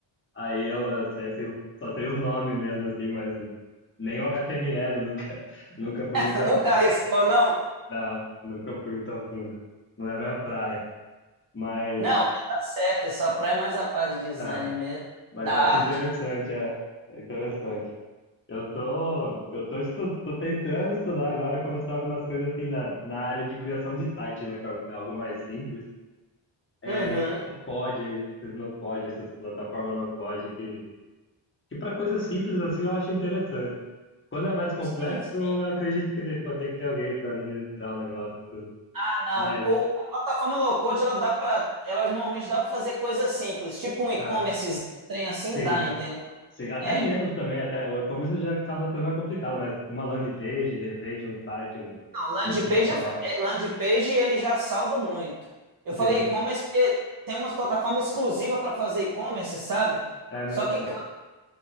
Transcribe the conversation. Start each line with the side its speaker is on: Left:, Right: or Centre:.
Left: Aí eu, eu sei, assim, só sei os nomes mesmo, assim, mas nem o HTML eu nunca, <laughs> nunca fui
Right: <laughs>
Left: muito
Right: Nunca
Left: a fundo.
Right: arriscou, não?
Left: Não, nunca fui muito a fundo. Não é a minha praia. Mas,
Right: Não, mas tá certo, é só pra é mais a parte de design
Left: ah,
Right: mesmo,
Left: mas
Right: da
Left: eu
Right: arte.
Left: acho interessante, é, é interessante. Eu tô, eu tô, estu, tô tentando estudar agora, começar algumas coisas assim na, na área de criação de site, né, que é algo mais simples. É,
Right: Uhum.
Left: esses no code, aí, esses no code, essas plataformas no code que, que para coisas simples assim eu acho interessante. Quando é mais complexo,
Right: Sim, sim.
Left: eu acredito que tem- pode ter que ter alguém para administrar o negócio e tudo.
Right: Ah, não.
Left: Mas,
Right: O, a plataforma low code, ela dá para, ela normalmente dá para fazer coisas simples, tipo um e-commerce,
Left: ah,
Right: um trem assim
Left: sim,
Right: dá, entendeu?
Left: sim. Até
Right: É.
Left: menos também, até o e-commerce já acaba sendo mais complicado, mas uma landing page, de repente, um site, um,
Right: Não, landing
Left: um institucional.
Right: page, é, fa- é, landing page ele já salva muito. Eu
Left: Sim,
Right: falei e-commerce porque tem umas plataformas exclusivas para fazer e-commerce, sabe?
Left: é mesmo.
Right: Só que
Left: <laughs>